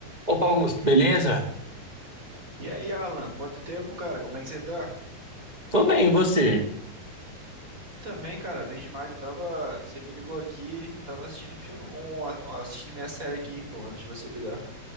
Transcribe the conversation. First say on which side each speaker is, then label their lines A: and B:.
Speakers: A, on the right (about 80°); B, on the right (about 20°).
A: Opa, Augusto, beleza?
B: E aí, Alan, quanto tempo, cara? Como é que você tá?
A: Tô bem, e você?
B: Também, cara, bem demais. Eu tava. Você me ligou aqui, eu tava assistindo um filme, um- assistindo minha série aqui, pô, antes de você ligar.